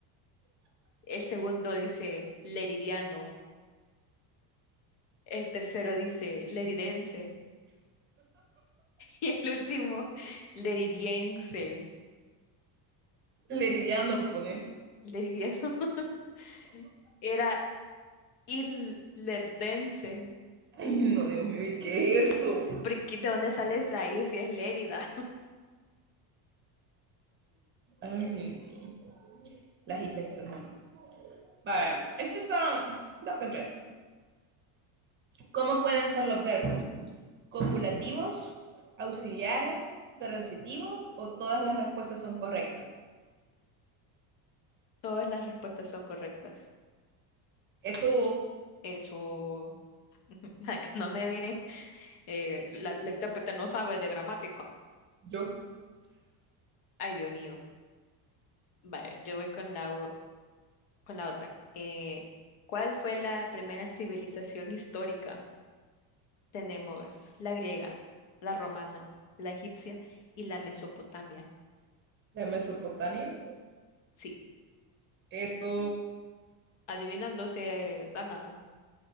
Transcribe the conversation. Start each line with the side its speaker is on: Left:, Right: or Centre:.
Left: El segundo dice Leridiano. El tercero dice Leridense. <laughs> Y el último, Leridiense.
Right: Leridiano pone.
Left: Leridiano. <laughs> Era Ilerdense.
Right: Ay, no, Dios mío, ¿y qué es eso?
Left: Porque ¿de dónde sales de ahí si es Lérida? <laughs>
Right: Ay, no. Las islas y sus nombres. Vaya, estos son dos con tres. ¿Cómo pueden ser los verbos? ¿Copulativos, auxiliares, transitivos o todas las respuestas son correctas?
Left: Todas las respuestas son correctas.
Right: Eso
Left: Eso, <laughs> para que no me miren, eh, la, la intérprete no sabe de gramática.
Right: yo,
Left: Ay, Dios mío. Vale, yo voy con la, o- con la otra. Eh, ¿cuál fue la primera civilización histórica? Tenemos la griega, la romana, la egipcia y la Mesopotamia.
Right: de Mesopotamia.
Left: Sí,
Right: Eso
Left: adivinando se gana.